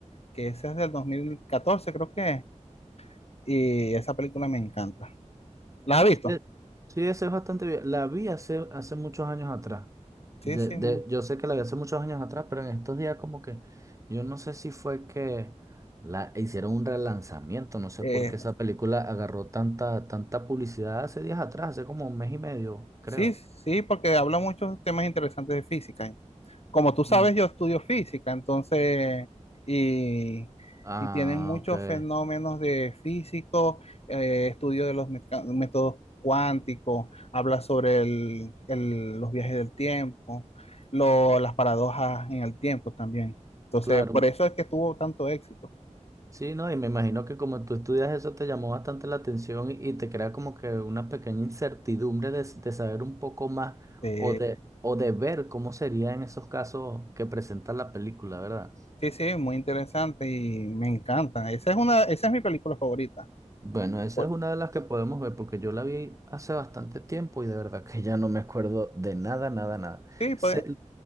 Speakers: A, on the left; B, on the right.
A: que esa es del 2014, creo que es, y esa película me encanta. ¿La has
B: sí,
A: visto?
B: sí, esa es bastante bien. La vi hace, hace muchos años atrás.
A: Sí,
B: De,
A: sí.
B: de,
A: mu-
B: yo sé que la vi hace muchos años atrás, pero en estos días como que yo no sé si fue que la hicieron un relanzamiento, no sé
A: eh,
B: por qué esa película agarró tanta, tanta publicidad hace días atrás, hace como un mes y medio, creo.
A: sí, sí, porque habla muchos temas interesantes de física. como tú sabes,
B: Mm.
A: yo estudio física, entonces, y,
B: Ah,
A: y tienen muchos
B: ok.
A: fenómenos de físico, eh, estudio de los meca- métodos cuánticos, habla sobre el- el- los viajes del tiempo, lo- las paradojas en el tiempo también. Entonces,
B: Claro,
A: por eso es que tuvo tanto éxito.
B: Sí, no, y me imagino que como tú estudias eso te llamó bastante la atención y, y te crea como que una pequeña incertidumbre de, s- de saber un poco más
A: Eh,
B: o de, o de ver cómo sería en esos casos que presenta la película, ¿verdad?
A: sí, sí, muy interesante y me encanta. Esa es una, esa es mi película favorita.
B: Bueno, esa
A: Por-
B: es una de las que podemos ver porque yo la vi hace bastante tiempo y de verdad que ya no me acuerdo de nada, nada, nada.
A: sí, pues,
B: Sé-